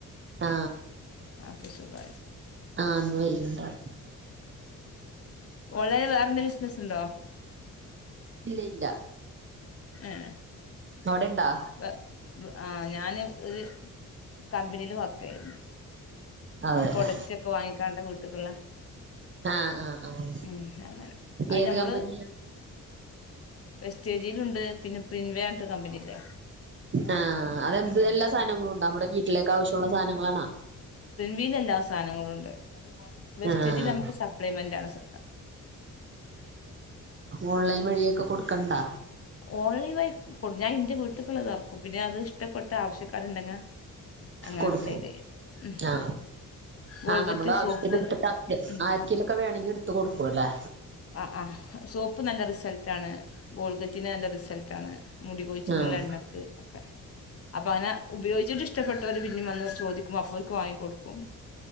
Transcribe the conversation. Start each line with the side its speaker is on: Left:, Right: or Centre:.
Right: ആ
Left: ക്കെ സുകായി
Right: ആ ഇന്ന് വെയിലുണ്ടാ
Left: ഓണ്ലൈന് വേറെന്താ ബിസിനസ് ഉണ്ടോ
Right: ഇല്ല ഇല്ല
Left: ഏ
Right: അവിടെണ്ടാ
Left: വ് വ് ആ ഞാന് ഒരു കമ്പനിൽ വർക്കുന്നു
Right: അതേല്ലേ
Left: പ്രൊഡക്റ്റ് ഒക്കെ വാങ്ങിക്കാണ്ട് വീട്ട് ക്ള്ളെ
Right: ആഹ് ആഹ് ആഹ്
Left: ഉം അങ്ങനെ അത്
Right: ഏത്
Left: ഞമ്മള്
Right: കമ്പനിയാ
Left: വെസ്റ്റേജിലുണ്ട് പിന്നെ പ്രിൻവേ ആണ്ട് കമ്പനില്ലേ
Right: ആ അതെന്ത്
Left: ഉം
Right: എല്ലാ സാനങ്ങളു ഉണ്ടാ നമ്മടെ വീട്ടിലേക്ക് ആവശ്യമുള്ള സാനങ്ങളാണാ
Left: വീട്ടിലെ എല്ലാ സാനങ്ങളും ഉണ്ട് വെസ്റ്റേജിലമ്മക്ക്
Right: ആഹ്
Left: സപ്ലിമെന്റ് ആണ് സ
Right: ഓൺലൈ വഴിയെക്കെ കൊടുക്കണ്ടാ
Left: ഓൺലൈൻ വ ഞാൻ എന്റെ വീട്ടിക്കുള്ളത് ഇറക്കും പിന്നെ അത് ഇഷ്ടപ്പെട്ട് ആവശ്യക്കാരുണ്ടെങ്കിൽ അങ്ങനെ
Right: കൊടുക്കും
Left: സെയിൽ ചെയ്യും ഉം
Right: ആ
Left: ഗോൾഗറ്റ്
Right: ആ നമ്മൾ ആവശ്യത്തിനെടുത്തിട്ട്
Left: സോപ്പ്
Right: ആർ
Left: ഉം
Right: ആർക്കേലുമൊക്കെ വേണെങ്കി എടു ത്ത് കൊടുക്കുവല്ലേ
Left: അ അ സോപ്പ് നല്ല റിസൾറ്റ് ആണ് ഗോൾ റ്റിന് നല്ല റിസൽറ്റാണ് മുടികൊഴിച്ചില്ന്ള്ള
Right: ആഹ്
Left: എണ്ണക്ക് ഒക്കെ അപ്പ അങ്ങ്നെ ഉപയോഗിച്ചിട്ട് ഇഷ്ടപ്പെട്ടോൽ പിന്നെം വന്ന് ചോദി വ ഫ്യൂൽക്ക് വാങ്ങി കൊടുക്കും